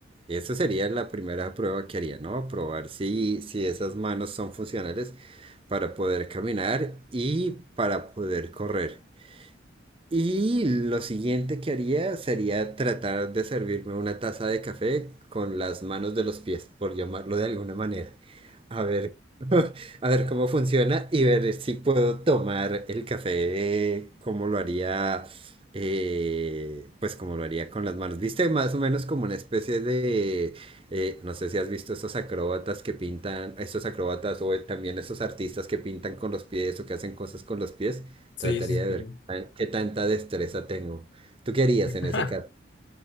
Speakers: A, on the right; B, on the left.
A: Eso sería la primera prueba que haría, ¿no? Probar si, si esas manos son funcionales para poder caminar y para poder correr. Y lo siguiente que haría sería tratar de servirme una taza de café con las manos de los pies, por llamarlo de alguna manera. A ver, <laughs> a ver cómo funciona y ver si puedo tomar el café como lo haría, eh, pues como lo haría con las manos. Viste, más o menos como una especie de, eh, no sé si has visto esos acróbatas que pintan, esos acróbatas o también esos artistas que pintan con los pies o que hacen cosas con los pies.
B: sí,
A: Trataría
B: sí,
A: de
B: sí. sí.
A: ver qué, tan- qué tanta destreza tengo. ¿Tú qué harías
B: <laughs>
A: en ese caso?